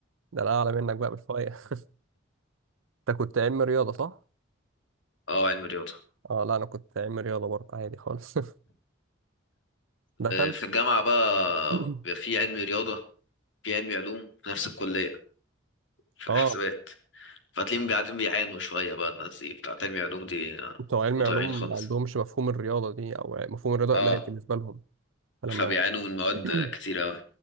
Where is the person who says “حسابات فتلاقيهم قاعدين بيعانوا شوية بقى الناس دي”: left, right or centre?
Left